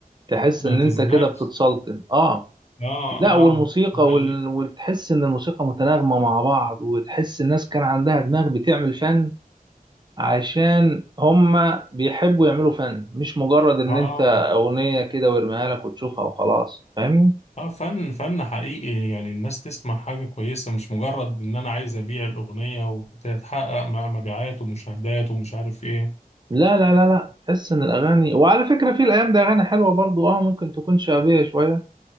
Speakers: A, on the right; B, on the left.
A: تحس
B: ما
A: ان
B: تزهقش
A: انت كده بتتسلطن اه
B: اه
A: لا والموسيقى
B: اه دي حقيقة.
A: وال... وتحس ان الموسيقى متناغمه مع بعض وتحس الناس كان عندها دماغ بتعمل فن عشان هما بيحبوا يعملوا فن مش مجرد ان
B: اه
A: انت اغنيه كده ويرميها لك وتشوفها وخلاص فاهمني
B: اه فن فن حقيقي يعني الناس تسمع حاجة كويسة مش مجرد ان انا عايز ابيع الاغنية وتتحقق م- مبيعات ومشاهدات ومش عارف ايه
A: لا لا لا لا تحس ان الاغاني وعلى فكره في الايام دي اغاني حلوه برضو اه ممكن تكون شعبيه شويه